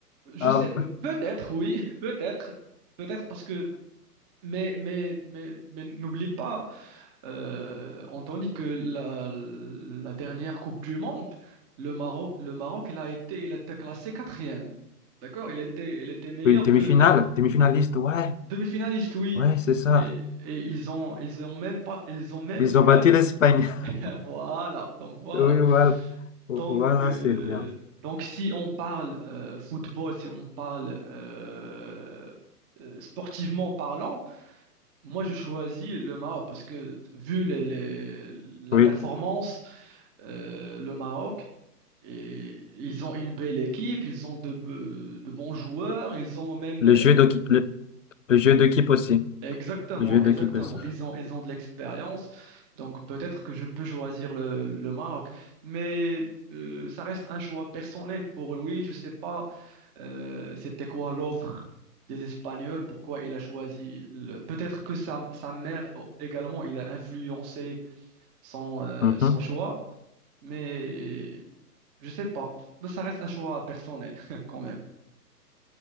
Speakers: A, on the right; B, on the left.
A: je
B: Ah,
A: sais, euh, peut-être, oui, <laughs> peut-être, peut-être parce que, mais, mais, mais, mais n'oublie pas. euh, Anthony, que la, la dernière Coupe du Monde, le Maroc, le Maroc, il a été, il a été classé quatrième. D'accord? Il était, il était meilleur
B: oui, demi-finale,
A: que, que
B: demi-finaliste, ouais,
A: demi-finaliste, oui.
B: ouais, c'est ça.
A: Et, et ils ont, ils ont même pas, ils ont même
B: Ils
A: gagné.
B: ont battu l'Espagne. <laughs>
A: <laughs> Voilà. Donc voilà.
B: Oui, voilà. Voilà,
A: Donc, euh,
B: c'est bien.
A: donc si on parle euh, football, si on parle euh, euh, sportivement parlant, Moi, je choisis le Maroc parce que vu les- les- la
B: Oui,
A: performance, euh, le Maroc, et, ils ont une belle équipe, ils ont de, be- de bons joueurs, ils ont même...
B: le
A: euh,
B: jeu d'équipe, le, le jeu d'équipe aussi.
A: Exactement,
B: Le jeu
A: exactement.
B: d'équipe aussi.
A: Ils ont, ils ont de l'expérience, donc peut-être que je peux choisir le, le Maroc, mais euh, ça reste un choix personnel pour lui. Je sais pas euh, c'était quoi l'offre des Espagnols, pourquoi il a choisi. le- Peut-être que sa, sa mère oh, également, il a influencé son, euh,
B: Mhm.
A: son choix, mais je sais pas. Mais Ça reste un choix personnel <laughs> quand même.